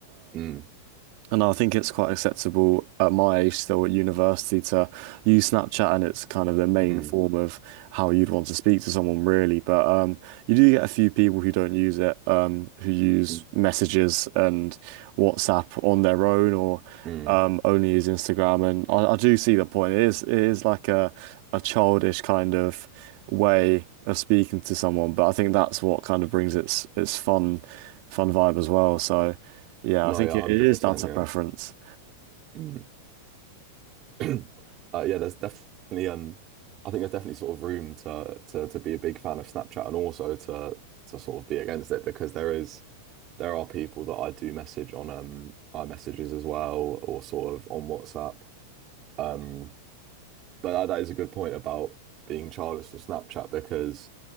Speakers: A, on the right; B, on the right.
A: Mm,
B: and I think it's quite acceptable at my age, still at university, to use Snapchat, and it's kind of the main
A: mm,
B: form of how you'd want to speak to someone, really. But um, you do get a few people who don't use it, um, who use
A: mm,
B: messages and WhatsApp on their own, or
A: mm.
B: um, only use Instagram. And I, I do see the point. It is it is like a a childish kind of way of speaking to someone, but I think that's what kind of brings its its fun fun vibe as well. So. Yeah,
A: No,
B: I think
A: yeah, 100%,
B: it, it is down to
A: yeah.
B: preference.
A: Mm. <clears throat> Uh, yeah, there's definitely um I think there's definitely sort of room to to to be a big fan of Snapchat and also to to sort of be against it because there is there are people that I do message on um iMessages as well or sort of on WhatsApp. Um but that, that is a good point about being childish on Snapchat because